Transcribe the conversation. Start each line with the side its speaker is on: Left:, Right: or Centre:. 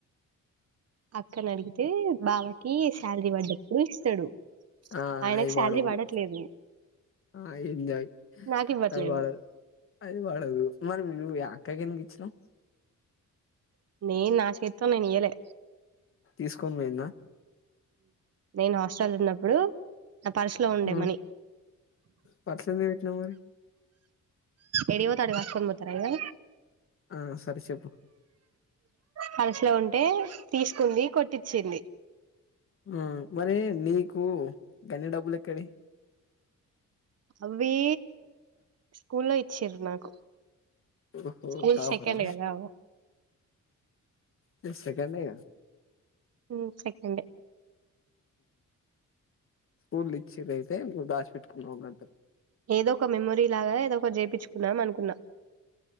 Right: అక్కనడిగితే బావ కి సాలరీ పడ్డప్పుడు ఇస్తడు
Left: ఆ
Right: ఆయనకు
Left: అయిబాడవు
Right: శాలరీ పడట్లేదు
Left: ఆ ఎంజాయ్
Right: నాకు ఇవ్వట్లేదు
Left: అది వాడదు అది వాడదు మనం నువు యా ఎనగకెళిగిచ్చినవ్.
Right: నేను నా చేతితోని నేను ఇయ్యాలే.
Left: తీసుకొని పోయిందా.
Right: నేనా. హాస్టల్ ఉన్నప్పుడు నా పరుసులో ఉండే
Left: హ్మ్
Right: మనీ.
Left: పర్స్ ఎందుకు పెట్టినవ్ మరి
Right: ఎడికివోతే ఆడికి లాక్కొని పోతారా ఇంగా
Left: ఆ సరే చెప్పు
Right: పలుసలో ఉంటే తీసుకుంది కొట్టించింది
Left: ఆ మరి నీకు గన్ని డబ్బులు ఎక్కడి
Right: అవీ స్కూలో ఇచ్చిర్రు నాకు
Left: ఓహో
Right: స్కూల్
Left: టాపరా
Right: సెకండ్ కదా
Left: గంతే కదా.
Right: ఉమ్ సెకండే.
Left: స్కూల్ ఇచ్చిర్ అయితే నువ్వు దాస్ పెట్కున్నవ్ కదా.
Right: ఏదో ఒక మెమొరీ లాగా ఏదో ఒకటి చేపిన్చుకుందం అనుకున్నా.